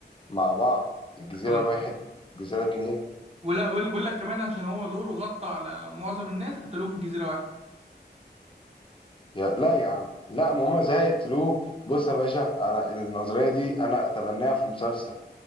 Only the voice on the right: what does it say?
اه
ولا بقول بقول لك كمان عشان هو دوره غطى على معظم الناس قتلوه في جزيرة واحد